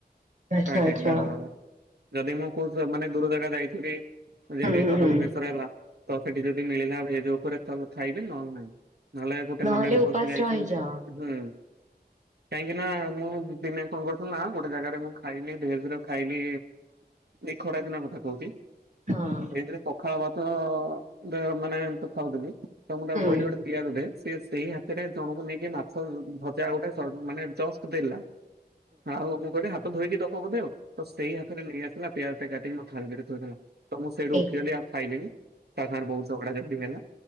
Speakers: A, on the right (about 45°); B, on the right (about 70°).
A: ଆଚ୍ଛା
B: ପ୍ରାୟ ଟାଈମ୍
A: ଆଚ୍ଛା
B: <inaudible> ଯଦି ମୁଁ ଖୁସି ମାନେ ଦୂର ଜାଗା ଯାଇଥିବି। ଯେମିତି
A: ହୁଁ ହୁଁ
B: କଟକ
A: ହୁଁ
B: ଭୁବନେଶ୍ୱର ହେଲା ତ ସେଠି ଯଦି ମିଳିଲା ଭେଜ ଉପରେ ଖାଇବି ନହେଲେ ନାହିଁ। ନହେଲେ ଗୋଟେ
A: ନହେଲେ
B: ମୋନରେ
A: ଉପାସ
B: ପଶି ଯାଇଛି।
A: ରହିଯାଅ।
B: ହୁଁ। କାହିଁକି ନା ମୁଁ ଦିନେ କଣ କରୁଥିଲି ନା ଗୋଟେ ଜାଗାରେ ମୁଁ ଖାଇଲି ଭେଜର ଖାଇଲି ଏ ଖରା ଦିନ କଥା କହୁଛି। ସେଈଥିରେ
A: ହଁ
B: ପ ପଖାଳ ଭାତ ମାନେ ତ ଥାଉଥିଲି ତ ମୁଁ ତାକୁ
A: ହଁ
B: କହିଲି ଗୋଟେ ପିଆଜ ଟେ। ସେ ସେଇ ହାତରେ ଜଣକୁ ନେଇକି ମାଛ ଭଜା ଗୋଟେ ମାନେ ଜଷ୍ଟ ଦେଲା ଆଉ ମୁଁ କହିଲି ହାତ ଧୋଇକି ଦବ ବୋଧେ। ତ ସେଇ ହାତରେ ନେଇ ଆସିଲା ପିଆଜଟା କାଟି ଥାଲିଦିରେ ଥୋଈଦେଲା। ତ ମୁଁ ସେଇଠୁ
A: ଏହି
B: ଉଠିଗଲି ଆଉ ଖାଇଲିିନି। ତା ସାଙ୍ଗରେ ବହୁତ ଝଗଡା ଝାଣ୍ଟି ହେଲା।